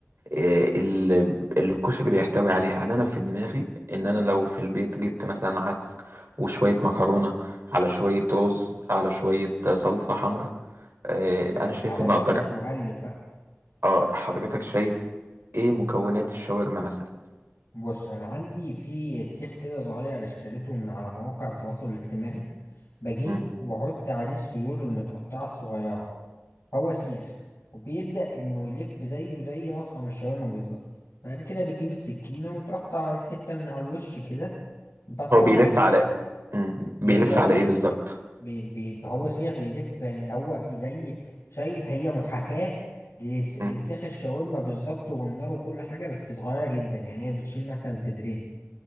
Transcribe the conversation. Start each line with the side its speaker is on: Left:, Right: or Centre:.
Right: آه، اللي اللي الكشري بيحتوي عليها يعني انا في دماغي ان انا لو في البيت جبت مثلا عدس وشوية مكرونة على شوية رز على شوية صلصة حمراء آه،
Left: ومعلقه
Right: انا شايف ان اقدر
Left: زيت وقلب بقى
Right: اه حضرتك شايف ايه مكونات الشاورما مثلا
Left: بص انا عندي في سيخ كده صغير اشتريته من على مواقع التواصل الاجتماعي بجيبه
Right: مم.
Left: واحط عليه الصدور المتقطعه الصغيره هو سيخ وبيبدأ إنه يلف زيه زي مطعم الشاورما بالظبط بعد كده بتجيب السكينة وتقطع الحتة من على الوش كده بقى طبعا
Right: هو بيلف
Left: بتبقى
Right: على مم.
Left: بيفضل
Right: بيلف على ايه بالظبط
Left: بي بي هو سيخ بيلف هو زي شايف هي محاكاة لس- لسيخ
Right: مم.
Left: الشاورما بالظبط والنار وكل حاجة بس صغيرة جدا يعني هي بتشيل مثلا صدرين